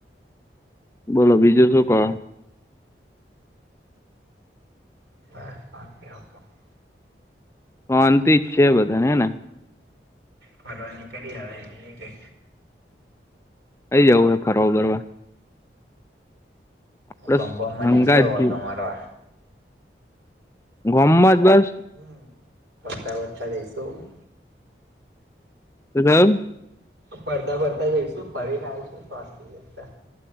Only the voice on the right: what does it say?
<unintelligible>
ફરવાની કરી આવે એ
ગામ બામમાં જઈશ
અવ તમારા
<inaudible> વર્તા બર્તા લઈશું.
ફરતા ફરતા જઈશું ફરી આઇશું ફર જતા.